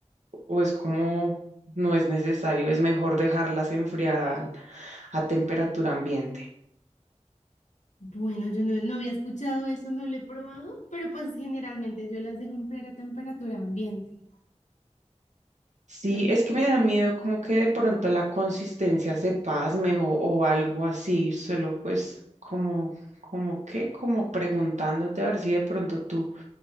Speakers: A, on the right; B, on the left.
A: o es como no es necesario? Es mejor dejarlas enfriar al- a temperatura ambiente.
B: Bueno, yo no, no había escuchado eso, no lo he probado, pero pues generalmente yo las dejo enfriar a temperatura ambiente.
A: Sí,
B: <laughs>
A: es que me da miedo como que de pronto la consistencia se pasme o, o algo así, solo pues como, como que, como preguntándote a ver si de pronto tú